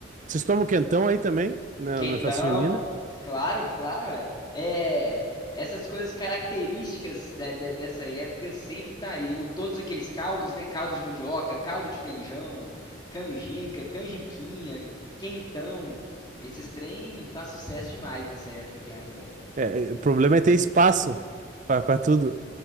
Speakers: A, on the right; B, on the left.
A: Vocês tomam quentão aí também, na,
B: Quentão,
A: na festa junina?
B: claro, claro, é. É, essas coisas características da- da- dessa época sempre tá aí. O- todos aqueles caldos, né? Caldo de mandioca, caldo de feijão, canjica, canjiquinha, quentão. Esses trem faz sucesso demais nessa época aqui agora.
A: É, é, o problema é ter espaço pra pra tudo.